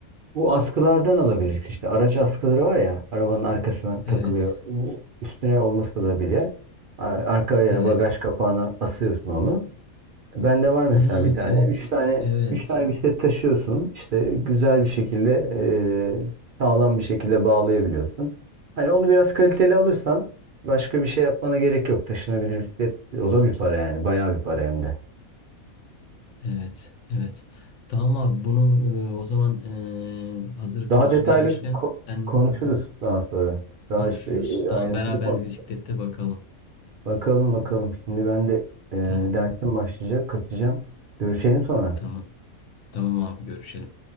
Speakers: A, on the right; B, on the left.
A: Bu askılardan alabilirsin işte. Araç askıları var ya, arabanın arkasına takılıyor.
B: Evet,
A: Bu Üstüne olmasa da bile a- arkaya
B: evet.
A: bagaj kapağına asıyorsun onu. Bende var mesela
B: Hmm,
A: bir tane.
B: evet,
A: Üç tane
B: evet.
A: üç tane bisiklet taşıyorsun. İşte güzel bir şekilde e, sağlam bir şekilde bağlayabiliyorsun. Hani onu biraz kaliteli alırsan başka bir şey yapmana gerek yok. Taşınabilir bisiklet o da bir para yani. Bayağı bir para hem de.
B: Evet, evet. Tamam abi bunu e, o zaman e, hazır
A: Daha
B: konusu
A: detaylı
B: gelmişken
A: ko-
B: sen
A: konuşuruz daha sonra. Daha
B: konuşuruz.
A: şey,
B: Tamam
A: ayrıntılı
B: beraber
A: konuş.
B: bir bisiklette bakalım.
A: Bakalım bakalım. Şimdi ben de e,
B: Tamam,
A: dersim başlayacak. Kaçacağım. Görüşelim sonra.
B: tamam. Tamam abi görüşelim.